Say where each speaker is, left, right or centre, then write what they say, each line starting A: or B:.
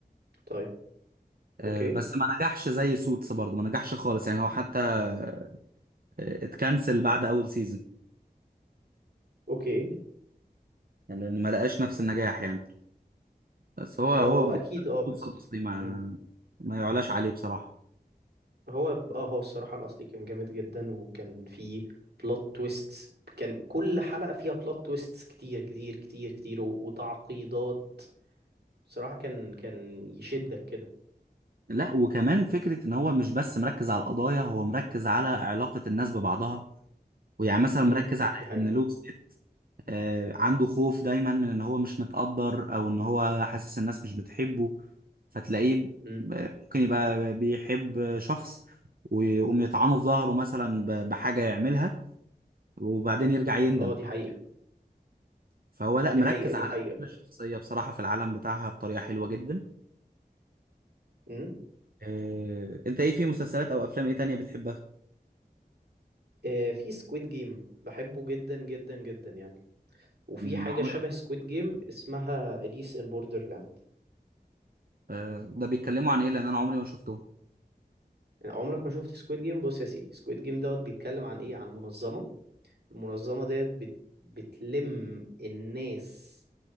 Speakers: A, on the right; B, on the right.
A: طيب
B: آه،
A: اوكي
B: بس ما نجحش زي سوتس برضه ما نجحش خالص يعني هو حتى آه، اتكنسل بعد اول سيزون
A: اوكي
B: يعني لان ما لقاش نفس النجاح يعني بس هو هو
A: هو هو اكيد اه
B: سوتس
A: بس
B: الاصلي ما
A: امم
B: ما يعلاش عليه بصراحه
A: هو اه هو الصراحة الاصلي كان جامد جدا وكان فيه بلوت تويستس كان كل حلقة فيها بلوت تويستس كتير كتير كتير كتير و- وتعقيدات صراحة كان كان يشدك كده
B: لا وكمان فكره ان هو مش بس مركز على القضايا هو مركز على علاقه الناس ببعضها ويعني مثلا مركز
A: امم
B: على
A: دي حقيقة
B: ان لويس آه، عنده خوف دايما من ان هو مش متقدر او ان هو حاسس الناس مش بتحبه فتلاقيه
A: امم
B: ب- ممكن يبقى بيحب شخص ويقوم يطعنه في ظهره مثلا ب- بحاجة يعملها وبعدين يرجع يندم
A: اه دي حقيقة
B: فهو لا مركز
A: دي حقيقة دي
B: على
A: حقيقة
B: كل شخصية بصراحة في العالم بتاعها بطريقة حلوة جدا
A: امم
B: آه، انت ايه في مسلسلات او افلام ايه تانية بتحبها؟
A: آه في سكويد جيم بحبه جدا جدا جدا يعني وفي
B: أمم،
A: حاجة
B: عمري
A: شبه
B: ما شفت-
A: سكويد جيم اسمها أليس إن بوردرلاند
B: آه، ده بيتكلموا عن ايه لان انا عمري ما شفته
A: يعني عمرك ما شفت سكويد جيم بص يا سيدي سكويد جيم دوت بيتكلم عن إيه عن منظمة المنظمة ديت بت... بتلم الناس